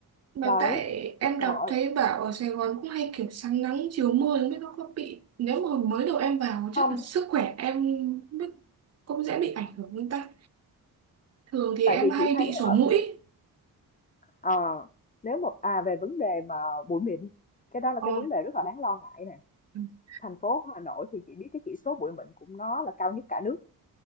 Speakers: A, on the right; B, on the left.
A: Mà
B: Đấy,
A: tại em
B: còn
A: đọc
B: ở
A: thấy bảo ở Sài Gòn cũng hay kiểu sáng nắng chiều mưa không biết nó có bị nếu mà mới đầu em vào
B: không,
A: chắc là sức khỏe em không biết cũng dễ bị ảnh hưởng không ta thường thì
B: tại
A: em
B: vì
A: hay
B: chị thấy
A: bị sổ
B: ở
A: mũi
B: ờ, nếu mà à về vấn đề mà bụi mịn, cái đó là
A: ờ
B: cái vấn đề rất là đáng lo ngại nè.
A: <laughs>
B: Thành phố Hà Nội thì chị biết cái chỉ số bụi mịn cũng nó là cao nhất cả nước.